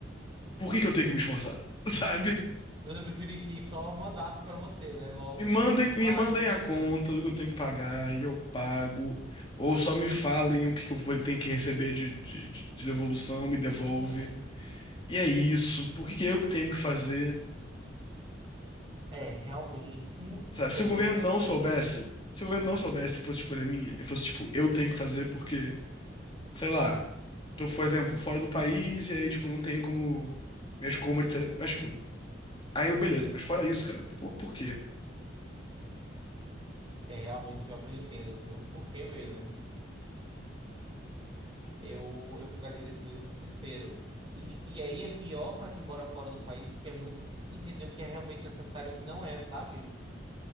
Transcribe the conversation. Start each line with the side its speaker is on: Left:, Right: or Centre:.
Left: Por que que eu tenho que me esforçar? <laughs> Sabe?
Right: Eu preferia que só mandasse para você, né? Logo,
Left: Me mandem,
Right: tipo, vai,
Left: me mandem
Right: me manda.
Left: a conta do que eu tenho que pagar e eu pago. Ou só me falem o que que eu vou- tenho que receber de, de, de- de devolução, me devolve.
Right: Uhum.
Left: E é isso. Por que que eu que tenho que fazer?
Right: É, realmente,
Left: Sabe?
Right: isso
Left: Se
Right: aí
Left: o governo
Right: é um
Left: não
Right: saco
Left: soubesse,
Right: mesmo.
Left: se o governo não soubesse e fosse escolha minha, e fosse tipo, eu tenho que fazer porque, sei lá, tô, por exemplo, fora do país e aí, tipo, não tem como minhas
Right: Uhum.
Left: compras, etc. Mas, tipo, aí eu, beleza, mas fora isso, cara, por, por quê?
Right: É realmente pior que eu entendo, viu? Por que mesmo? eu, eu ficaria nesse mesmo desespero. E, e aí é pior para quem mora fora do país, porque é muito difícil de entender o que é realmente necessário e o que não é, sabe?